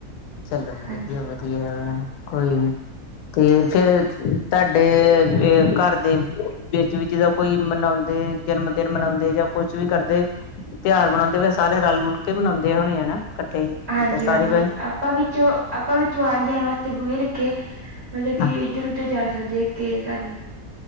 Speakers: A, on the left; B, on the right.
A: ਚਲੋ
B: ਹਾਂਜੀ
A: ਵਧੀਆ ਵਧੀਆ ਵੇ, ਕੋਈ ਨੀ, ਤੇ ਫਿਰ ਤੁਹਾਡੇ ਏ ਘਰ ਵਿੱਚ ਵਿੱਚ ਜਦੋ ਕੋਈ ਮਨਾਉਂਦੇ ਜਨਮਦਿਨ ਮਨਾਉਂਦੇ ਜਾਂ ਕੁੱਛ ਵੀ ਕਰਦੇ ਤਿਉਹਾਰ ਮਨਾਉਂਦੇ ਫੇਰ ਸਾਰੇ ਰਲ ਰੁਲ ਕੇ ਮਨਾਉਂਦੇ ਹੋਣੇ ਆ, ਹੈਨਾ ਇਕੱਠੇ ਹੀ ਜਿੱਦਾਂ
B: ਹਾਂਜੀ
A: ਸਾਰੇ
B: ਹਾਂਜੀ
A: ਪ
B: ਆਪਾਂ ਵਿੱਚੋਂ ਆਪਾਂ ਵਿੱਚੋਂ ਆਉਣ ਜਾਣ ਵਾਸਤੇ ਬੂਹੇ ਰੱਖੇ ਮਤਲਬ ਕਿ
A: ਹਾਂ
B: ਇੱਧਰ ਉੱਧਰ ਜਾ ਸਕਦੇ ਕਿਹੜੇ ਘਰ ਵੀ